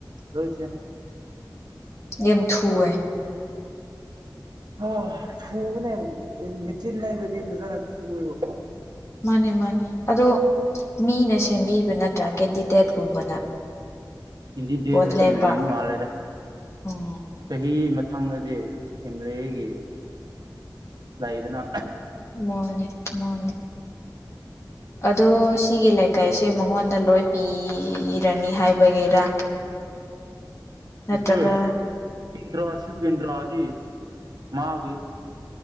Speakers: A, on the right (about 65°); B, on the left (about 35°).
A: ꯂꯣꯏꯁ
B: ꯌ ꯊꯦ
A: ꯍ ꯊꯨꯅꯦ ꯃꯆꯤꯟ ꯅ ꯑꯗꯨꯗꯤꯖꯥꯅ ꯊꯨꯕꯣ
B: ꯃꯥꯅꯦ ꯃꯥꯅꯦ ꯑꯗꯣ ꯃꯤꯅ ꯁꯦꯝꯕꯤꯕ ꯅꯠꯇ꯭ꯔꯥ ꯀꯦꯟꯗꯤꯗꯦꯠꯀꯨꯝꯕꯅ
A: ꯍꯤꯟꯗꯤ ꯗꯦ
B: ꯚꯣꯠ
A: ꯅ
B: ꯂꯦꯞꯄ
A: ꯁꯦꯝꯦꯝꯕꯤꯕ ꯃꯥꯜꯂꯦꯔꯦ
B: ꯎꯝ
A: ꯆꯍꯤ ꯁꯪꯅꯗꯤ ꯑꯦꯝ ꯑꯦꯜ ꯑꯦꯒꯤ ꯂꯩꯗꯅ
B: ꯃꯅꯦ ꯃꯥꯅꯦ ꯑꯗꯣ ꯁꯤꯒꯤ ꯂꯩꯀꯥꯏꯁꯦ ꯃꯉꯣꯟꯗ ꯂꯣꯏ ꯄꯤꯔꯅꯤ ꯍꯥꯏꯕꯒꯤꯔ <inaudible> ꯅꯠꯇ꯭ꯔꯒ
A: ꯏꯠꯇ ꯁꯤꯟꯗ꯭ꯔꯥꯁꯤ ꯏꯗ꯭ꯔꯥꯗꯤ ꯃꯥꯒꯤ